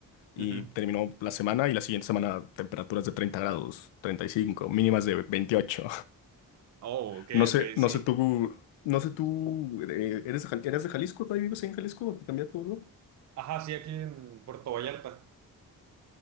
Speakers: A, on the left; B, on the right.
A: y
B: Ujú.
A: terminó la semana y la siguiente semana temperaturas de 30 grados, 35 mínimas de veintiocho
B: Oh,
A: <laughs>
B: ok,
A: No sé,
B: ok,
A: no
B: sí.
A: sé tú, no sé tú, eh, ¿eres de, Jal- eres de Jalisco? ¿Todavía vives ahí en Jalisco? ¿Te cambiaste todo?
B: Ajá, sí, aquí en Puerto Vallarta.